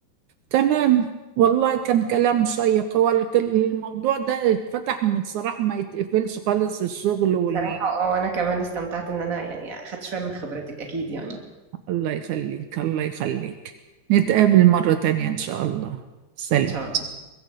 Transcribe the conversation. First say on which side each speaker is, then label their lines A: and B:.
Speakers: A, on the right; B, on the right.
A: تمام والله كان كلام شيق هو الك- الموضوع ده اتفتح من صراحة ما يتقفلش خالص الشغل وال...
B: بصراحة اه انا كمان استمتعت ان انا يعني اخدت شوية من خبرتك اكيد يعني
A: الله يخليك الله يخليك نتقابل مرة تانية إن شاء الله سلام
B: ان شاء الله